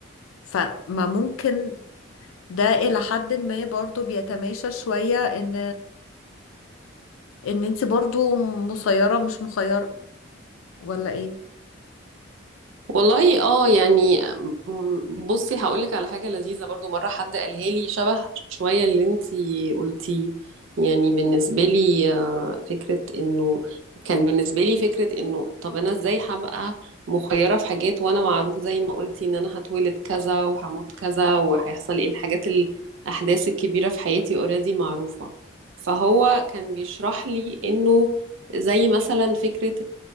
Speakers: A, on the left; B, on the right.
A: فما ممكن ده إلى حد ما برضو بيتماشى شوية إن إن أنت برضو مسيرة مش مخيرة ولا إيه
B: والله اه يعني م- بصي هقولك على حاجة لذيذة برضو مرة حد قالها لي شبه شوية اللي انتي قلتيه يعني بالنسبة لي آه، فكرة انه كان بالنسبة لي فكرة انه طب انا ازاي هبقى مخيرة في حاجات وانا معروف زي ما قلتي ان انا هتولد كذا وهموت كذا وهيحصل ايه الحاجات الاحداث الكبيرة في حياتي اوريدي معروفة فهو كان بيشرح لي انه زي مثلا فكرة